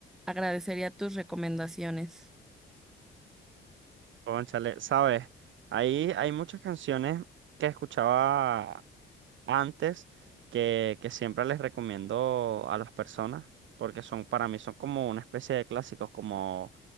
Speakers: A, in the centre; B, on the right.
A: agradecería tus recomendaciones.
B: Cónchale, sabes, ahí hay muchas canciones que escuchaba antes que, que siempre les recomiendo a las personas, porque son, para mí son como una especie de clásicos, como